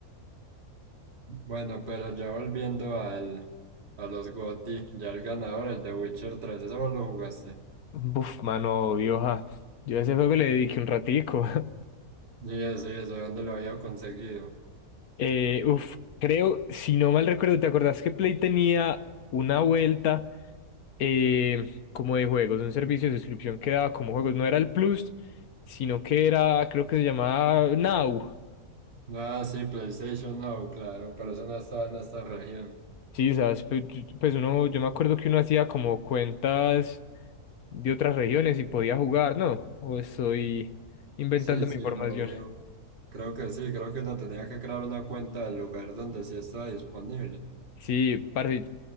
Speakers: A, on the right; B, on the left.
A: Bueno, pero ya volviendo al, a los GOTY, ya el ganador, el de Witcher tres, eso vos lo jugaste.
B: Buf, mano, vieja. Yo a ese juego le dediqué un ratico. <laughs>
A: Y eso, y eso, ¿dónde lo había conseguido?
B: Eh, uf, creo, si no mal recuerdo, ¿te acordás que Play tenía una vuelta eh, como de juegos, un servicio de suscripción que daba como juegos? No era el Plus, sino que era, creo que se llamaba Now.
A: Ah, sí, PlayStation Now, claro, pero eso no estaba en esta región.
B: Sí, sabes, Pe- pues uno, yo me acuerdo que uno hacía como cuentas de otras regiones y podía jugar, ¿no? O estoy inventando
A: Sí, sí,
B: mi información.
A: obvio. Creo que sí, creo que uno tenía que crear una cuenta del lugar donde sí estaba disponible.
B: Sí, parce,